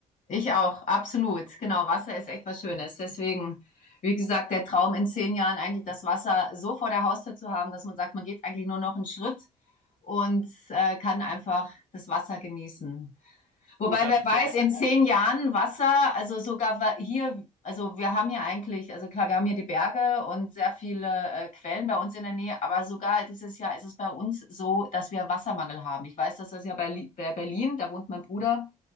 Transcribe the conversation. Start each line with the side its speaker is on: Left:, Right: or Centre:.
Left: Ich auch, absolut. Genau, Wasser ist echt was Schönes. Deswegen, wie gesagt, der Traum in zehn Jahren eigentlich das Wasser so vor der Haustür zu haben, dass man sagt, man geht eigentlich nur noch einen Schritt und äh, kann einfach das Wasser genießen. Wobei,
Right: Gut, dann
Left: wer weiß,
Right: be
Left: in zehn Jahren Wasser, also sogar wa- hier, also wir haben hier eigentlich, also klar, wir haben hier die Berge und sehr viele äh, Quellen bei uns in der Nähe, aber sogar dieses Jahr ist es bei uns so, dass wir Wassermangel haben. Ich weiß, dass das ja bei, Li- bei Berlin, da wohnt mein Bruder,